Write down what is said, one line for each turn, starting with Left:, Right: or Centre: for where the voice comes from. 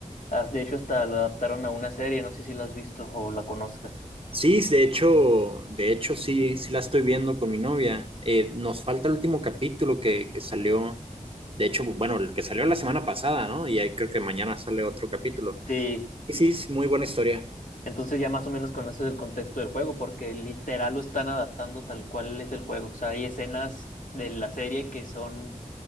Left: Ah, De hecho, hasta lo adaptaron a una serie, no sé si la has visto o la conozcas.
Right: Sí, de hecho, de hecho sí, sí la estoy viendo con mi novia. Eh, nos falta el último capítulo que, que salió. De hecho, bueno, el que salió la semana pasada, ¿no? Y ahí creo que mañana sale otro capítulo.
Left: Sí,
Right: Y sí, es muy buena historia.
Left: Entonces ya más o menos conoces el contexto del juego, porque literal lo están adaptando tal cual es el juego. O sea, hay escenas de la serie que son